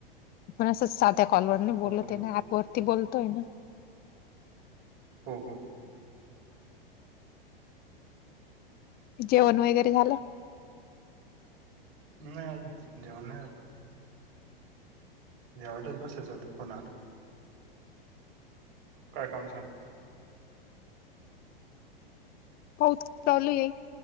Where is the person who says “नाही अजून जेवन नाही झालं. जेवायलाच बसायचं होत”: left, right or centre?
Right